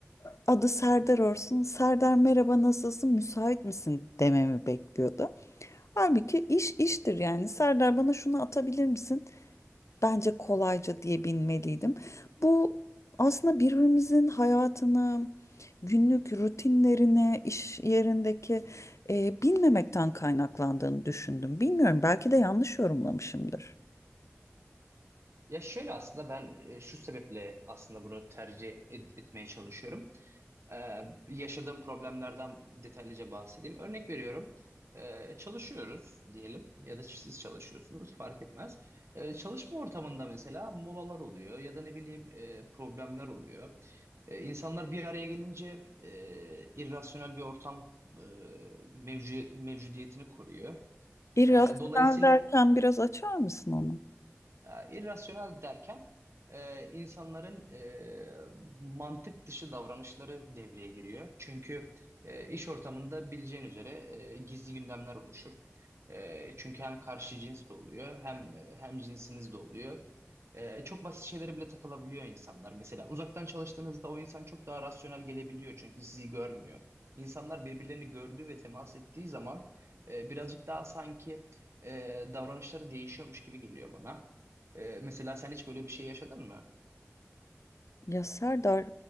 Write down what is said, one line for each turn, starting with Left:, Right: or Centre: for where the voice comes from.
Left: adı Serdar olsun. Serdar merhaba nasılsın müsait misin dememi bekliyordu. Halbuki iş iştir yani. Serdar bana şunu atabilir misin? Bence kolayca diye bilmeliydim. Bu aslında birbirimizin hayatını, günlük rutinlerine, iş yerindeki e, bilmemekten kaynaklandığını düşündüm. Bilmiyorum belki de yanlış yorumlamışımdır.
Right: Ya şöyle aslında ben e, şu sebeple aslında bunu tercih et- etmeye çalışıyorum. Ee, yaşadığım problemlerden detaylıca bahsedeyim. Örnek veriyorum. Ee, çalışıyoruz diyelim ya da siz çalışıyorsunuz fark etmez. Ee, çalışma ortamında mesela molalar oluyor ya da ne bileyim e, problemler oluyor. Ee, insanlar bir araya gelince e, irrasyonel bir ortam e, mevcu- mevcudiyetini koruyor.
Left: İrrasyonel
Right: Ee, dolayısıyla
Left: derken biraz açar mısın onu?
Right: ya, irrasyonel derken e, insanların e, mantık dışı davranışları devreye giriyor. Çünkü e, iş ortamında bileceğin üzere e, gizli gündemler oluşur. E, çünkü hem karşı cins de oluyor hem e, hem cinsiniz de oluyor. E, çok basit şeylere bile takılabiliyor insanlar. Mesela uzaktan çalıştığınızda o insan çok daha rasyonel gelebiliyor çünkü sizi görmüyor. İnsanlar birbirlerini gördüğü ve temas ettiği zaman e, birazcık daha sanki e, davranışları değişiyormuş gibi geliyor bana. Ee, mesela sen hiç böyle bir şey yaşadın mı?
Left: Ya Serdar,